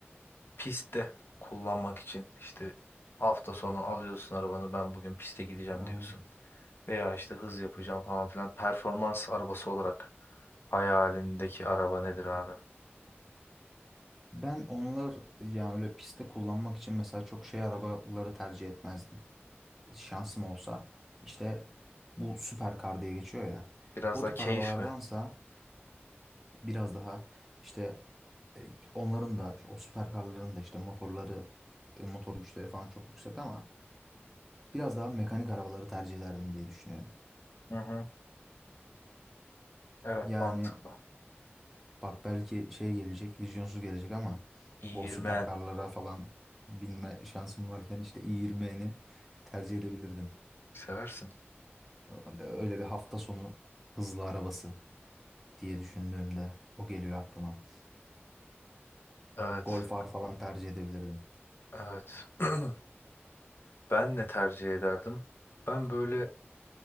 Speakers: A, on the left; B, in the centre.
A: Pistte kullanmak için işte hafta sonu alıyorsun arabanı ben bugün piste gideceğim
B: Aa,
A: diyorsun. Veya işte hız yapacağım falan filan. Performans arabası olarak hayalindeki araba nedir abi?
B: Ben onlar yani öyle pistte kullanmak için mesela çok şey arabaları tercih etmezdim. Şansım olsa işte bu süperkar diye geçiyor ya.
A: Biraz
B: O
A: da
B: tip
A: keyif
B: arabalardansa
A: mi?
B: biraz daha işte e, onların da o süperkarların da işte motorları e, motor güçleri falan çok yüksek ama biraz daha mekanik arabaları tercih ederdim diye düşünüyorum.
A: Hı hı. Evet
B: Yani
A: mantıklı.
B: bak belki şey gelecek, vizyonsuz gelecek ama
A: İğirmeyen.
B: o süperkarlara falan binme şansım varken işte i20'ni tercih edebilirdim.
A: Seversin.
B: Öyle öyle bir hafta sonu hızlı arabası diye düşündüğümde o geliyor aklıma.
A: Evet.
B: Golf R falan tercih edebilirdim.
A: Evet. <clears throat> Ben ne tercih ederdim? Ben böyle